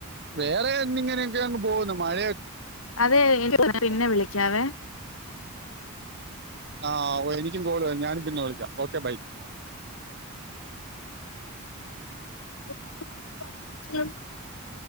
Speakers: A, on the right (about 50°); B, on the left (about 70°).
A: വേറെ എന്നിങ്ങനെയൊക്കെ അങ്ങ് പോവുന്നു മഴ
B: അതെ പിന്നെ വിളിക്കാവേ.
A: ആഹ് ഓഹ് എനിക്കും കോള് വര്ന്ന് ഞാനും പിന്നെ വിളിക്കാം. Okay bye
B: <inaudible>